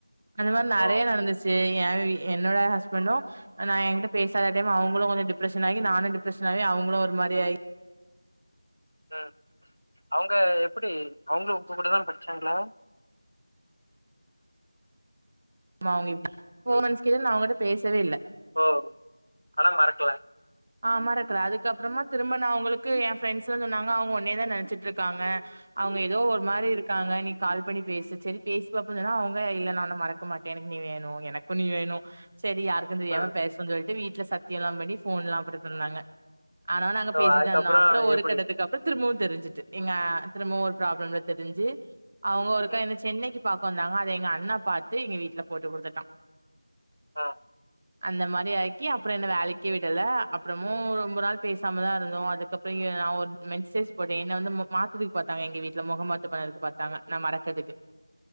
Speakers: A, on the right; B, on the left.
A: அந்த மாரி நெறய
B: ஓ!
A: நடந்துச் து எ வீ என்னோட
B: அ,
A: ஹஸ்பண்டு நா எங்கிட்ட பேசாத டைம் அவேங்களு கொஞ்ச டிப்ரஷனாகி நானு டிப்ரஷனாயி அவுங்களு ஒரு மாரி ஆயி
B: ம் அவுங்க எப்படி அவுங்க உங்க கூடதா படிச்சாங்ளா
A: ஆமா அவுங்க இப்டி ஃபோர்
B: ம்.
A: மந்த்ஸ் கிட்ட நா அவுங்கட்ட பேசவே இல்ல
B: ஓ ஆனா மறக்கல
A: ஆ மறக்கல அதுக்கப்றமா திரும்ப நா அவுங்களுக்கு எ ஃப்ரெண்ட்ஸ்ல்லா சொன்னாங்க அவுங்க உன்னைவே நெனச்சிட்ருக்காங்க அவுங்க எதோ ஒரு
B: ம்,
A: மாரி இருக்காங்க நீ கால் பண்ணி பேசு செரி பேசி பாப்போனுதா அவுங்க இல்ல நா உன்ன மறக்க மாட்டே எனக்கு நீ வேணு எனக்கு நீ வேணு செரி யாருக்கு தெரியாம
B: ம்.
A: பேச சொல்ட்டு வீட்ல சத்தியெல்லாம் பண்ணி ஃபோன்ல்லா அப்பற பண்ணாங்க ஆனாலு நாங்க
B: ஓ!
A: பேசிட்
B: அதுக்கப்புறம்
A: தா இருந்தோ அப்றோ ஒரு
B: எப்படி?
A: கட்டத்துக்கப் திரும்பவு தெரிஞ்சுட்டு எங்க திரும்பவு ஒரு ப்ராப்ளம்ல தெரிஞ்சு அவுங்க ஒருக்கா
B: ம்.
A: என்ன சென்னைக்கு பாக்க வந்தாங்க அதைஎங்க அண்ணா பாத்துஎங்க வீட்ல போட்டு குடுத்துட்டா
B: ஆ
A: அந்த மாரி ஆக்கி அப்பற என்ன வேலைக்கே விடல அப்றமும் ரொம்ப நாள் பேசாமதான் இருந்தோம் அதுக்கப்றோ நா ஒரு மெசேன்ஜ் போட்டே என்ன வந்து மு மாத் இதுக்கு பாத்தாங்க எங்க வீட்ல முகமாத்து படம் எடுத்து பாத்தாங்க நா மறக்கறதக்கு